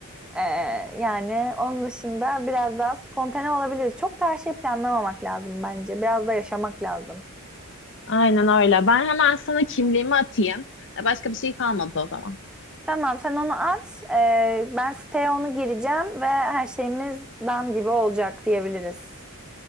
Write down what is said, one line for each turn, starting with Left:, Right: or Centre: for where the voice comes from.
Centre: Ee, yani onun dışında biraz daha spontane olabiliriz. Çok da her şeyi planlamamak lazım bence. Biraz da yaşamak lazım.
Left: Aynen öyle. Ben hemen sana kimliğimi atayım. E, Başka bir şey kalmadı o zaman.
Centre: Tamam, sen onu at. Ee, ben siteye onu gireceğim ve her şeyimiz dam gibi olacak diyebiliriz.